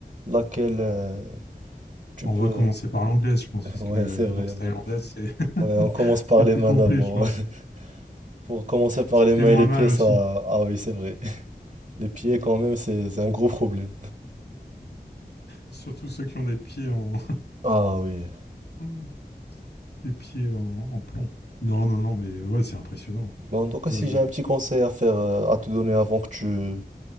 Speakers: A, on the right; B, on the left.
A: laquelle euh, tu
B: On
A: peux.
B: va commencer
A: <laughs>
B: par l'anglaise, je pense, parce
A: Ouais,
B: que
A: c'est vrai.
B: boxe
A: bon.
B: thaïlandaise, c'est <laughs>
A: Ouais, on commence par
B: c'est
A: les
B: plus
A: mains
B: complet,
A: d'abord.
B: je pense.
A: <laughs> Pour commencer par
B: Ça
A: les
B: fait
A: mains
B: moins
A: et les
B: mal
A: pieds,
B: aussi.
A: ça. Ah oui, c'est vrai. <laughs> Les pieds, quand même, c'est c'est un gros problème.
B: Surtout ceux qui ont des pieds en,
A: Ah oui.
B: <laughs> des pieds en, en plomb. Non, non, non, mais ouais, c'est impressionnant.
A: Bon, en tout cas,
B: Voilà,
A: si
B: je
A: j'ai
B: regarde.
A: un petit conseil à faire, euh, à te donner avant que tu,